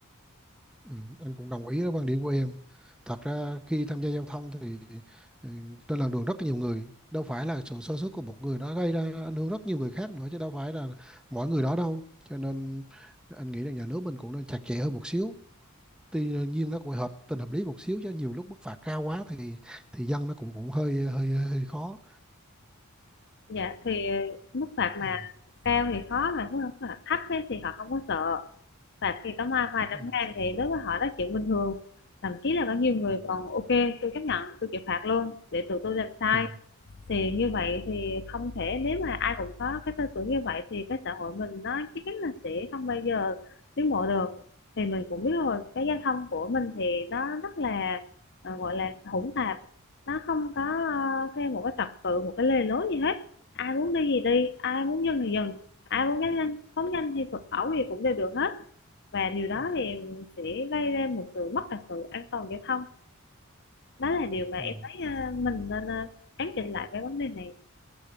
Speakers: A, in the centre; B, on the left (about 50°).
A: Ừ. Anh cũng đồng ý với quan điểm của em thật ra khi tham gia giao thông thì ừ, trên làn đường rất nhiều người đâu phải là sự sơ suất của một người nó gây ra ảnh hưởng rất nhiều người khác nữa chứ đâu phải là mỗi người đó đâu cho nên anh nghĩ là nhà nước mình cũng nên chặt chẽ hơn một xíu tuy nhiên nó cũng hợp tình hợp lý một xíu chứ nhiều lúc mức phạt cao quá thì thì dân nó cũng cũng hơi hơi hơi khó
B: Dạ thì ờ, mức phạt mà
A: ừ.
B: cao thì khó mà mức phạt thấp ấy, thì họ không có sợ phạt thì có vài vài trăm
A: Ừ.
B: ngàn thì đối với họ đó là chuyện bình thường thậm chí là có nhiều người
A: Ừ.
B: còn ok tôi chấp nhận tôi chịu phạt luôn để tụi tôi làm sai
A: Ừ.
B: thì như vậy thì không thể nếu mà ai cũng có cái tư tưởng như vậy thì cái xã hội mình nó chắc chắn là sẽ không bao giờ tiến bộ được. Thì mình cũng biết rồi, cái giao thông của mình thì nó rất là ờ, gọi là hỗn tạp, nó không có ờ, theo một cái trật tự, một cái lề lối gì hết. Ai muốn đi gì đi, ai muốn dừng thì dừng, ai muốn nhanh nhanh, phóng nhanh thì phóng ẩu gì cũng đều được hết. Và điều đó
A: Ừ.
B: thì sẽ gây ra một sự mất trật tự an toàn giao thông. Đó là điều mà em
A: Ừ.
B: thấy ờ, mình nên ờ, cán chỉnh lại cái vấn đề này.